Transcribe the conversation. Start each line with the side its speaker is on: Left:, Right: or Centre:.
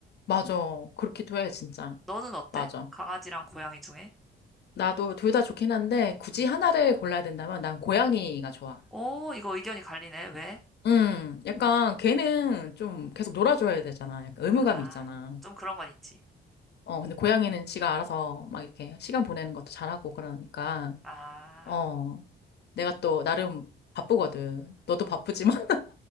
Left: 맞아. 그렇기도 해, 진짜.
Centre: 너는 어때?
Left: 맞아.
Centre: 강아지랑 고양이 중에?
Left: 나도 둘 다 좋긴 한데, 굳이
Centre: 응.
Left: 하나를 골라야 된다면 난 고양이가 좋아.
Centre: 오, 이거 의견이 갈리네. 왜?
Left: 음, 약간 걔는 좀 계속 놀아줘야 되잖아. 약간 의무감이
Centre: 아,
Left: 있잖아.
Centre: 좀 그런 건 있지.
Left: 어, 근데 고양이는 지가 알아서 막 이렇게 시간 보내는 것도 잘하고 그러니까,
Centre: 아,
Left: 어, 내가 또 나름 바쁘거든. 너도 바쁘지만.